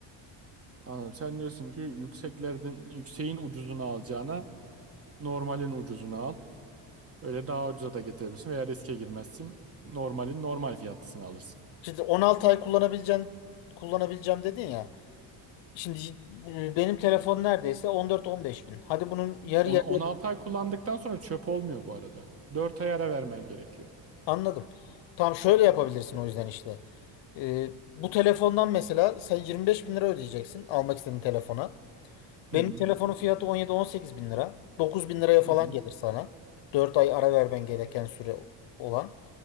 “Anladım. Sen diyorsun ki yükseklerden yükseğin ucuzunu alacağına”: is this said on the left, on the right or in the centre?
Right